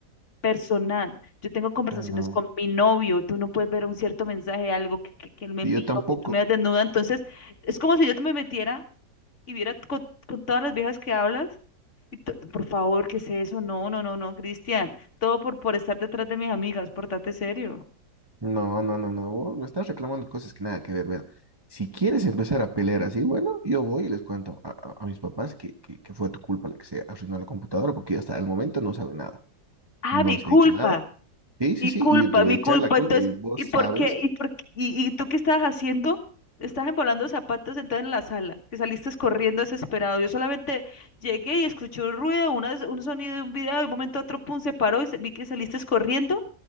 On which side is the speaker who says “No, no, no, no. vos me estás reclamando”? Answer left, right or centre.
Right